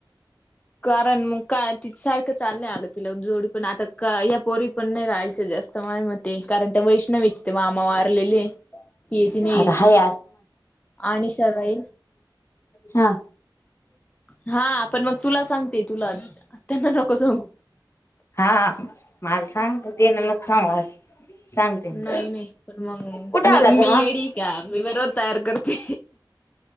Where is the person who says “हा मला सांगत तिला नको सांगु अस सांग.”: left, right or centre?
Left